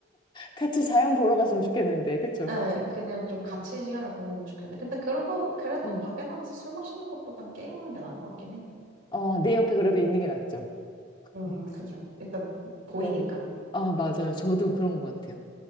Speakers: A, on the left; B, on the right.
A: 같이 자연 보러 갔으면 좋겠는데, 그쵸?
B: 네 그냥 좀 같이 시간을 보내면 좋겠는데. 근데 그러고, 그래도
A: 응.
B: 밖에 나가서 술 마시는 것보단 게임하는 게 나은 것 같긴 해.
A: 어, 내 옆에 그래도 있는 게 낫죠.
B: 음,
A: <laughs>
B: 그죠. 일단 보이니까.
A: 네. 아, 맞아요. 저도 그런 것 같아요.